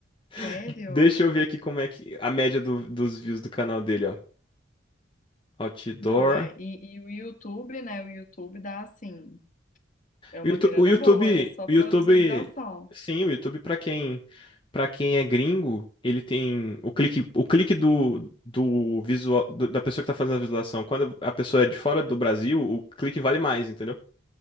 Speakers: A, on the left (about 40°); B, on the left (about 25°).
A: Sério?
B: <laughs> Deixa eu ver aqui como é que a média do- dos views do canal dele, ó. Outdoor.
A: Não, é, e, e o YouTube, né? O YouTube dá assim, é uma
B: O Youtu-
A: grana
B: o YouTube,
A: boa, né? Só
B: o
A: pela
B: YouTube,
A: visualização.
B: sim, o YouTube para quem, para quem é gringo, ele tem o clique, o clique do, do visual do- da pessoa que tá fazendo a visualização. Quando a pessoa é de fora do Brasil, o clique vale mais, entendeu?